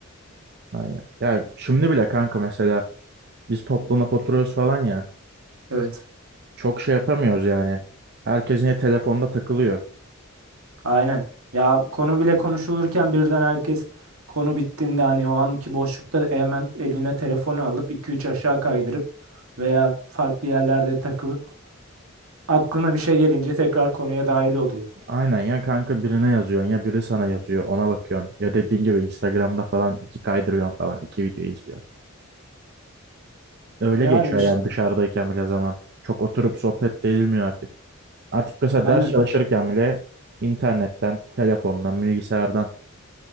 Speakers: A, on the right; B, on the right.
A: Aynen. Ya şimdi bile kanka mesela biz toplanıp oturuyoruz falan ya.
B: Evet.
A: Çok şey yapamıyoruz yani. Herkes yine telefonda takılıyor.
B: Aynen. Ya konu bile konuşulurken birden herkes konu bittiğinde hani o anki boşlukta hemen eline telefonu alıp iki üç aşağı kaydırıp veya farklı yerlerde takılıp aklına bir şey gelince tekrar konuya dahil oluyor.
A: Aynen ya kanka birine yazıyorsun ya biri sana yazıyor ona bakıyorsun. Ya dediğin gibi Instagram'da falan iki kaydırıyorsun falan iki video izliyorsun. Öyle
B: Yani
A: geçiyor
B: işte
A: yani dışarıdayken bile zaman. Çok oturup sohbet de edilmiyor artık. Artık mesela
B: Aynen.
A: ders çalışırken bile internetten, telefondan, bilgisayardan.